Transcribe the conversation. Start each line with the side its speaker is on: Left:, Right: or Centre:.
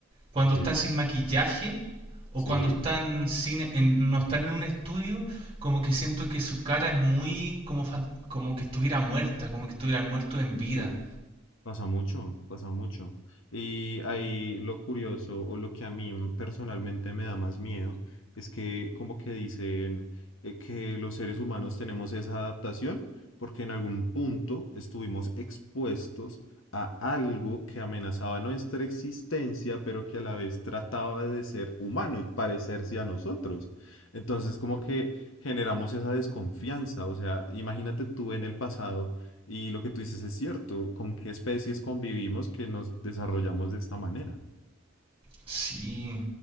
Right: cuando
Left: ok,
Right: están sin maquillaje o
Left: sí,
Right: cuando están sin, en- no están en un estudio, como que siento que su cara es muy como, fan- como que estuviera muerta, como que estuvieran muertos en
Left: ok,
Right: vida.
Left: Pasa mucho, pasa mucho. Y ahí lo curioso o lo que a mí m- personalmente me da más miedo es que como que dicen eh, que los seres humanos tenemos esa adaptación porque en algún punto estuvimos expuestos a algo que amenazaba nuestra existencia, pero que a la vez trataba de ser humano y parecerse a nosotros. Entonces como que generamos esa desconfianza. O sea, imagínate tú en el pasado. Y lo que tú dices es cierto, ¿con qué especies convivimos que nos desarrollamos de esta manera?
Right: Sí,